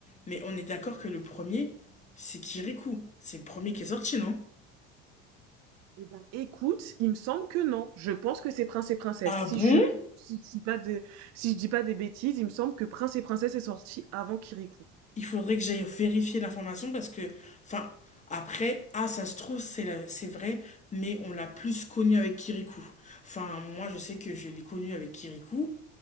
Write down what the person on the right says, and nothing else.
Eh ben écoute, il me semble que non. Je pense que c'est Prince et Princesse.
Si je suis si je dis pas de si je dis pas des bêtises, il me semble que Prince et Princesse est sorti avant Kirikou.